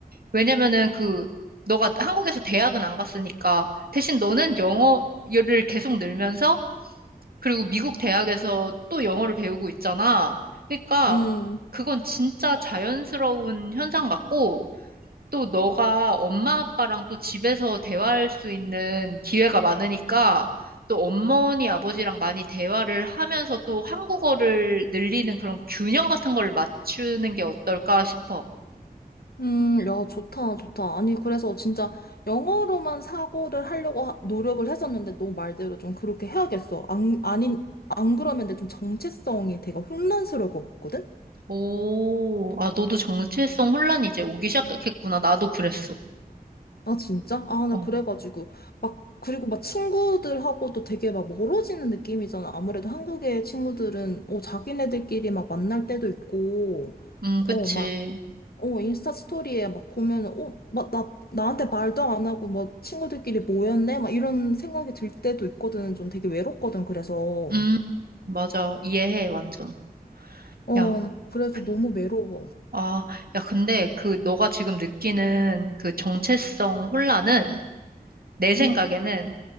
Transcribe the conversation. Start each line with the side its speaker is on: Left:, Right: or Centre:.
Right: 왜냐면은 그, 너가 한국에서 대학은 안 갔으니까 대신 너는 영어를 계속 늘면서 그리고 미국 대학에서 또 영어를 배우고 있잖아. 그러니까
Left: 응.
Right: 그건 진짜 자연스러운 현상 같고 또 너가 엄마 아빠랑 또 집에서 대화할 수 있는 기회가 많으니까 또 어머니 아버지랑 많이 대화를 하면서 또 한국어를 늘리는 그런 균형 같은 걸 맞추는 게 어떨까 싶어.
Left: 음, 야, 좋다, 좋다. 아니, 그래서 진짜 영어로만 사고를 하려고 하- 노력을 했었는데, 너 말대로 좀 그렇게 해야겠어. 안, 아닌, 안 그러면 내 좀 정체성이 되게 혼란스러울 것 같거든?
Right: 오, 아, 너도 정체성 혼란이 이제 오기 시작했구나. 나도 그랬어.
Left: 아, 진짜? 아, 나
Right: 어,
Left: 그래가지고. 막, 그리고 막 친구들하고도 되게 막 멀어지는 느낌이잖아. 아무래도 한국의 친구들은, 어, 자기네들끼리 막 만날 때도 있고,
Right: 음, 그치.
Left: 어, 막, 어, 인스타 스토리에 막 보면은, 어, 막 나, 나한테 말도 안 하고, 막 친구들끼리 모였네? 막 이런 생각이 들 때도 있거든. 좀 되게 외롭거든, 그래서.
Right: 음, 맞아. 이해해, 완전.
Left: 어,
Right: 야,
Left: 그래서
Right: 근-
Left: 너무 외로워.
Right: 아, 야, 근데 그 너가 지금 느끼는 그 정체성 혼란은 내 생각에는
Left: 응,